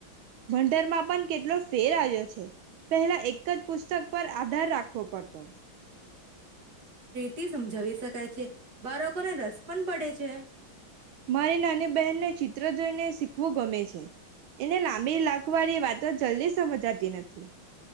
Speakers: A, on the right; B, on the right.
A: ભણતરમાં પણ કેટલો ફેર આવ્યો છે પહેલા એક જ પુસ્ત ઉપર આધાર રાખવો પડતો
B: થી સમજાવી શકાય છે. બાળકોને રસ પણ પડે છે.
A: મારી નાની બહેનને ચિત્ર જોઈને શીખવું ગમે છે એને લાંબી લાાખવાળી વાતો જલ્દી સમજાતી નથી